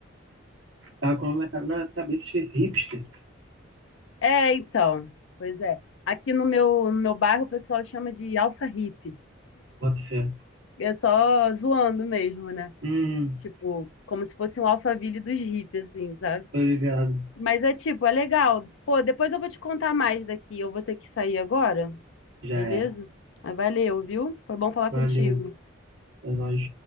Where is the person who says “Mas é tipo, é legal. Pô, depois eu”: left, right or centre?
Left